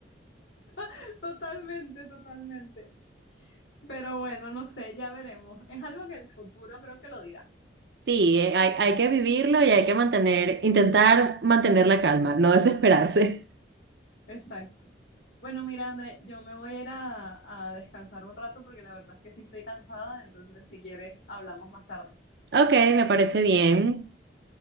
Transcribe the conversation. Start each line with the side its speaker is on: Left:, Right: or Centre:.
Left: <laughs> Totalmente, totalmente. Pero bueno, no sé, ya veremos. Es algo que el futuro creo que lo dirá.
Right: sí, eh, hay, hay que vivirlo y hay que mantener, intentar mantener la calma, no desesperarse.
Left: Exacto. Bueno, mira, André, yo me voy a ir a, a descansar un rato porque la verdad es que sí estoy cansada, entonces si quieres hablamos más tarde.
Right: Ok, me parece bien.